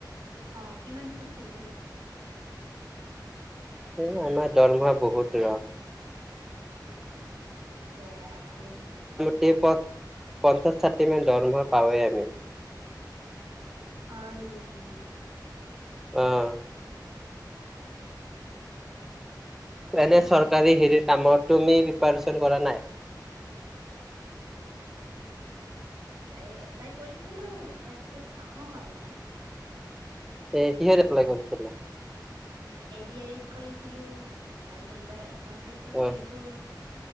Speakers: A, on the right (about 70°); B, in the centre.
A: অ কিমান কে ছেলাৰি
B: সেয়ে আমাৰ দৰমা বহুত ৰ।
A: বেয়া ভালেই
B: সেই পদ‌ পঞ্চাছ ষাঠি মান দৰমহা পাওঁৱেই আমি।
A: হয় নেকি।
B: আহ
A: তাৰপিছত
B: এনে চৰকাৰী হেৰিৰ কামত তুমি প্ৰিপাৰচন কৰা নাই?
A: এ এপ্লাই কৰিচিলো তাৰপিছত নহ'ল।
B: এ কিহত এপ্লাই কৰিছিলা?
A: এ দি আৰ ইত কৰিছিলো তাৰপিছত এইবাৰ আছাম পুলিচ ত
B: অ
A: কৰিছোঁ।